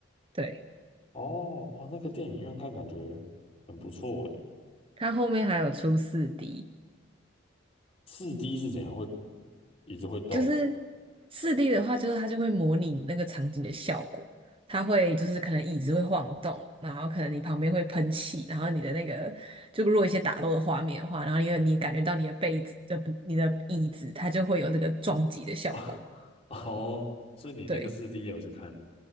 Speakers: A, on the right (about 25°); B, on the left (about 30°).
A: 对，
B: 哦哦，那个电影院看感觉很不错诶。
A: 它后面还有出四 D，
B: 四 D 是怎样？会椅子会动哦？
A: 就是四 D 的话，就是它就会模拟你那个场景的效果，它会就是可能椅子会晃动，然后可能你旁边会喷气，然后你的那个就如果一些打斗的画面的话，然后因为你感觉到你的被子的你的椅子，它就会有这个撞击的效果。
B: <laughs> 哦，所以你那个四
A: 对，
B: D 也有去看？